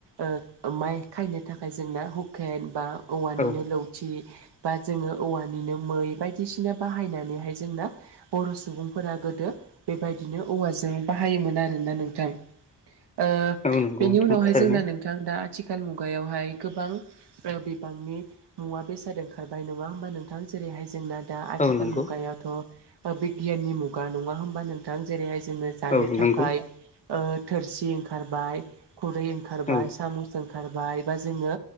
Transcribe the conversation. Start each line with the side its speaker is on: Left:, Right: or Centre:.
Right: ओ माइ खायनो थाखाय जोंना हुकेन बा औवानिनो
Left: औ
Right: लावथि बा जोङो औवानिनो मै बायदिसिना बाहायनानैहाय जोंना बर' सुबुंफोरा गोदो बेबायदिनो औवाजों बाहायोमोन आरोना नोंथां ओ
Left: औ नंगौ
Right: बेनि
Left: नोंथां
Right: उनावहाय
Left: थारैनो
Right: जोंना नोंथां दा आथिखाल मुगायावहाय गोबां बिबांनि मुवा बेसाद ओंखारबाय नङा होमबा नोंथां जेरैहाय जोंना दा आथिखाल
Left: औ नंगौ
Right: मुगायावथ' बिगियाननि मु गा नङा होमबा नोंथां जेरैहाय जोङो जानो
Left: औ
Right: थाखाय
Left: नंगौ
Right: ओ थोरसि ओंखारबाय खुरै ओंखारबाय
Left: औ
Right: सामुस ओंखारबाय बा जोङो